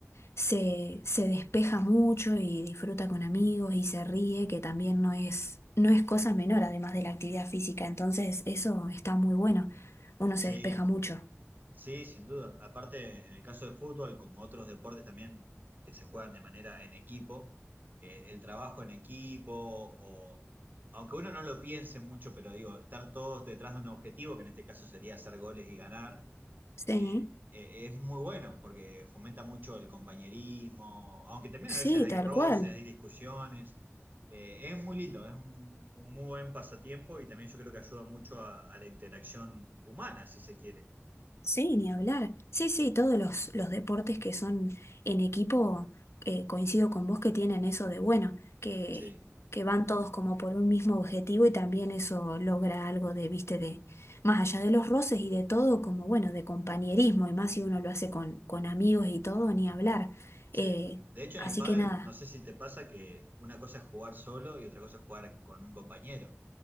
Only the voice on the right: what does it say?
Sí.
Sí, sin duda. Aparte, en el caso de fútbol, como otros deportes también que se juegan de manera en equipo, eh, el trabajo en equipo, o aunque uno no lo piense mucho, pero digo, estar todos detrás de un objetivo, que en este caso sería hacer goles y ganar,
eh, e- es muy bueno porque fomenta mucho el compañerismo, aunque también a veces
hay
roces,
hay discusiones. Eh, es muy lindo, es un, un muy buen pasatiempo y también yo creo que ayuda mucho a a la interacción humana, si se quiere.
Sí.
Sí.
De hecho,
en el pádel,
no sé si te pasa que una cosa es jugar solo y otra cosa es jugar con un compañero,